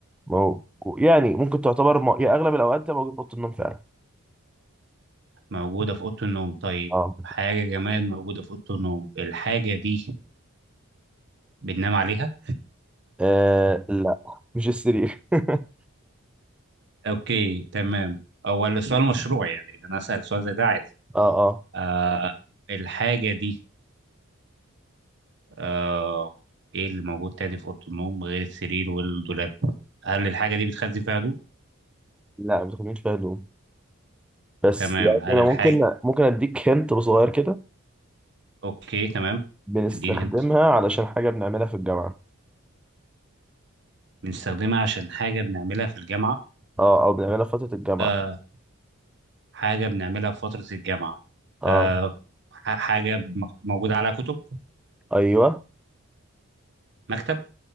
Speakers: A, in the centre; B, on the right.
A: مو... يعني ممكن تعتبر م... يا أغلب الأوقات ده موجود في أوضة النوم فعلا
B: موجودة في أوضة النوم طيب
A: اه
B: حاجة جماد موجودة في أوضة النوم الحاجة دي بننام عليها
A: آه لا مش السرير <laughs>
B: اوكي تمام هو السؤال مشروع يعني اذا انا اسال سؤال زي ده عادي
A: اه اه
B: آه الحاجه دي آه ايه اللي موجود تاني في اوضه النوم غير السرير والدولاب هل الحاجه دي بتخزن فيها هدوم
A: لا ما بتاخدش فيها هدوم بس
B: تمام
A: يعني
B: هل
A: انا
B: الحاجه
A: ممكن ممكن اديك هنت صغير كده
B: اوكي تمام
A: بنستخدمها
B: اديني هنت
A: علشان حاجه بنعملها في الجامعه
B: بنستخدمها عشان حاجه بنعملها في الجامعه
A: اه او بنعملها في فتره الجامعه
B: آه حاجه بنعملها في فتره الجامعه
A: اه
B: آه ح- حاجه مكت- موجوده على كتب
A: ايوه
B: مكتب